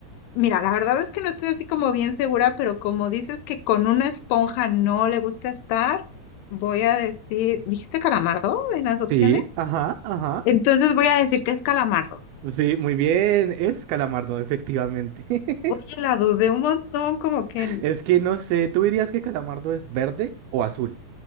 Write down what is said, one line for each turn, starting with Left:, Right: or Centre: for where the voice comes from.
Left: Mira, la verdad es que no estoy así como bien segura, pero como dices que con una esponja no le gusta estar, voy a decir, ¿dijiste calamardo en las opciones?
Right: Sí, ajá, ajá.
Left: Entonces voy a decir que es calamardo.
Right: Sí, muy bien, es calamardo, efectivamente. <laughs>
Left: Oye, la dudé un montón, como que n-
Right: Es que no sé, ¿tú dirías que calamardo es verde o azul?